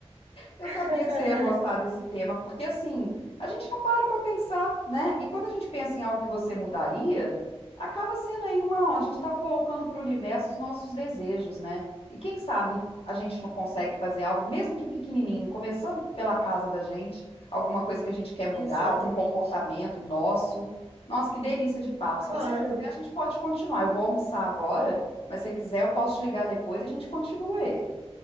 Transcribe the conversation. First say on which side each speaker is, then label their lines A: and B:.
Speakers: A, on the left; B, on the right.
A: Eu
B: <laughs>
A: sabia que você ia gostar desse tema, porque assim, a gente não para para pensar, né? E quando a gente pensa em algo que você mudaria, acaba sendo aí uma, a gente está colocando para o universo os nossos desejos, né? E quem sabe a gente não consegue fazer algo, mesmo que pequenininho, começando pela casa da gente, alguma coisa que a gente quer mudar,
B: Exatamente.
A: algum comportamento nosso. Nossa, que delícia de papo.
B: Claro,
A: Se você quiser, a gente pode continuar. Eu vou almoçar agora, mas se você quiser, eu posso te ligar depois e a gente continua ele.